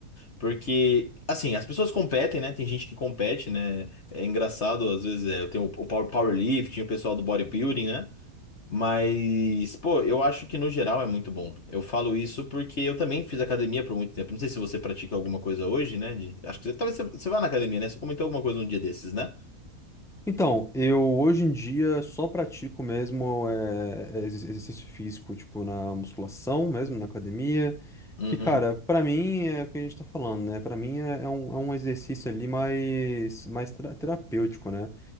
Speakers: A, on the left; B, in the centre.
A: Porque, assim, as pessoas competem, né? Tem gente que compete, né? É engraçado, às vezes, é, tem o, o power- powerlifting, o pessoal do bodybuilding, né? Mas, pô, eu acho que no geral é muito bom. Eu falo isso porque eu também fiz academia por muito tempo. Não sei se você pratica alguma coisa hoje, né? de- acho que você, talvez você, você vá na academia, né? Você comentou alguma coisa um dia desses, né?
B: Então, eu hoje em dia só pratico mesmo é, ex- exercício físico, tipo na musculação mesmo, na academia,
A: Uhum.
B: que, cara, para mim é o que a gente tá falando, né? Para mim é, é um, é um exercício ali mais, mais tera- terapêutico, né?